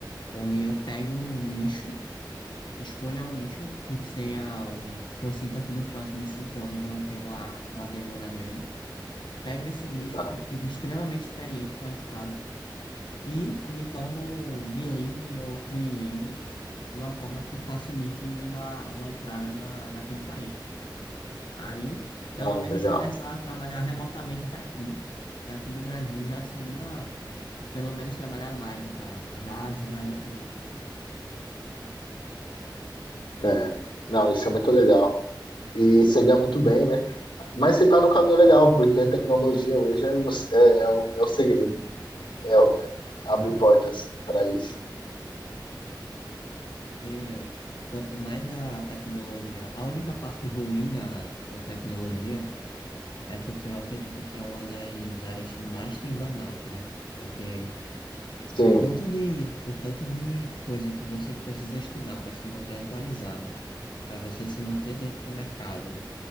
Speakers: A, on the left; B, on the left.
A: onde eu pego um nicho, escolho um nicho que seja um, que eu sinta que nos próximos cinco anos vão ter uma, uma demanda grande. Pego esse nicho
B: Legal.
A: e fico extremamente experiente, e qualificado e me torno bilíngue ou trilingue de uma forma que facilite uma, uma entrada na, naquele país. Aí, pelo
B: Ah,
A: menos
B: legal.
A: começar a trabalhar remotamente daqui, daqui do Brasil já seria, pelo menos trabalhar mais, no caso, já ajudaria muito.
B: É. Não, isso é muito legal. E você ganha muito bem, né? Mas você está no caminho legal, porque a tecnologia hoje é o, é, é o, é o segredo, é, o- abre portas para isso.
A: Porque quanto mais a tecnologia, a única parte ruim da, da tecnologia é porque eu acredito que é uma das áreas que mais tem burnout, né? Porque
B: Sim,
A: O tanto de, o tanto de coisa que você precisa estudar para se manter atualizado, para você se manter dentro do mercado,